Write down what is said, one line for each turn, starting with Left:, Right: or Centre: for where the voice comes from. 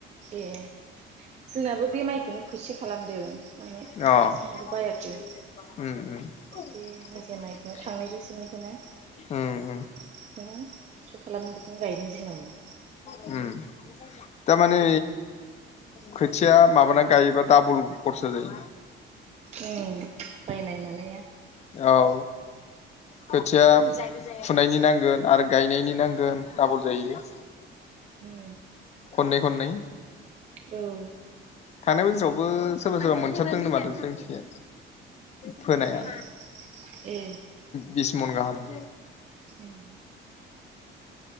Right: ए जोंनाबो बे माइखौनो खोथिया खालामदों माने
Left: <unintelligible>
Right: हारसिंनिखौ बायाखै
Left: अ ओम -ओम
Right: बे निजे माइखौनो थांनाय
Left: -ओम
Right: बोसोरनिखौनो बेखौनो खोथिया खालामनो बेखौनो गायदों जोंनाबो
Left: उम दा‌ मानै खोथिया माबाना गायोब्ला डाबुल खरसा जायो
Right: उम बायनाय मानाया
Left: औ खोथिया फुनायनि नांगोन आरो गायनायनि नांगोन डाबूल जाहैयो
Right: उम
Left: खननै - खननै
Right: औ
Left: थांनाय बोसोरावबो सोरबा - सोरबा मोनसाबदोंनो माथो जोंनिथिंजाय फोनाया
Right: ए ए
Left: बिस मन गाहाम <inaudible>
Right: उम